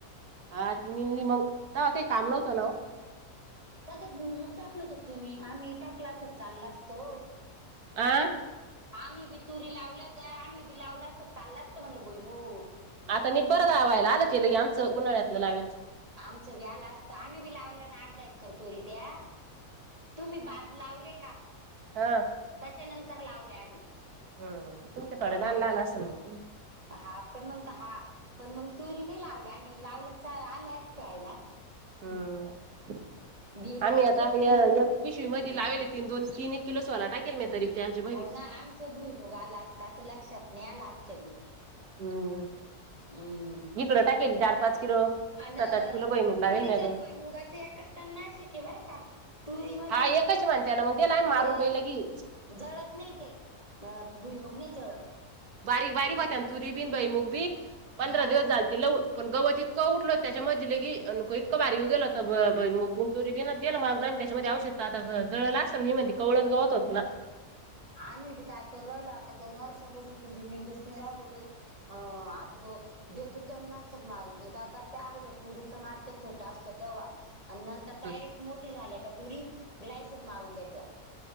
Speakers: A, on the right (about 75°); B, on the right (about 25°).
A: हा निदली मग तवा काय काम न्हवत ना ओ.
B: त्यात एक भुईमूग टाकलं होत का तुम्ही आम्ही टाकला असता चालला असतो ओ.
A: आं?
B: आम्ही बी तुरी लावल्या होत्या आम्ही बी लावलं असत चाललं असत म्हटलं भुईमूग.
A: आता निंबार लावायला आलं केलंय आमचं उन्हाळ्यातल लावेल.
B: आमचं बी आलं असतं आम्ही बी लावल्या ना अर्धा एकर तुरी त्यां. तुम्ही भात लावले का?
A: हा!
B: त्याच्यानंतर लावले आम्ही.
A: हम्म तुमच्या थोड्या
B: प्रभा
A: लहान
B: अक्का
A: लहान असेल मग
B: हा पण मग हा पण मग तुरी नाही लावल्या आम्ही लावल्या आल्या असत्या हाय ना?
A: हम्म
B: बी
A: आम्ही
B: हे
A: आता य
B: भुईमुग
A: एक पिशवी मध्ये लावले ती दोन तीन एक किलो सोलाय टाकेल मी तरी. त्याच्या मध्ये
B: हावं ना आमच भुईमुग आला असता असं लक्षात नाही आला आमच्या बी.
A: हम्म!
B: हम्म,
A: इकडं टाकेल चार पाच किलो
B: आणं
A: सात आठ किलो भईमुग लावेल
B: तुरीच
A: म्या
B: आणि
A: गण
B: भुईमुगाच एकच तणनाशक हाय बर का तुरी मध्ये
A: हा एकच म्हणते ना मग दिला आम्ही मारून
B: ते
A: बाई लगी
B: जळत नाही ते अ भुईमुग नाही जळत.
A: बारीक बारीक होत्या तुरीन बि बहिमूक बी पंधरा
B: हा
A: दिवस झालते लऊन पण गवत इतकं उठल त्याच्या मधी लगी इतक भारी येऊ गेलत तरी बी ना तेला मार जाय आणि त्याच्यामध्ये आवशषध आता जळल असत मी म्हणते कवळत गवत होते ना.
B: आम्ही बी काय करू राहिलो आता दोन वर्षा पासून तुरी निंदुसणे राहिलो बाई. ह आता तो देतो त्यांना तण नाशक मारून हे काय करते अगोदर तुरीच मारत्या छोट्या असतं तेव्हा आणि नंतर आता
A: हम्म
B: डायरेक्ट मोठी झाल्या का तुरी ग्लायसिर मारून देत्या.